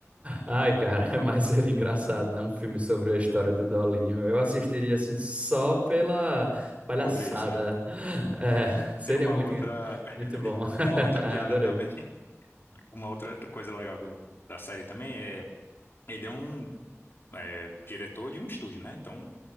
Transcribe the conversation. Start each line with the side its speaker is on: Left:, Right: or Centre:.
Right: Ai, cara, <laughs> mas seria engraçado, né? Um filme sobre a história do Dolinho. Eu assistiria assim só pela palhaçada.
Left: sobre isso, né?
Right: É, seria
Left: Tem uma
Right: muito,
Left: outra,
Right: muito
Left: <laughs>
Right: bom.
Left: uma
Right: <laughs>
Left: outra
Right: Adorei.
Left: piada também, <laughs> uma outra coisa legal do, da série também é, ele é um é, diretor de um estúdio, né? Então,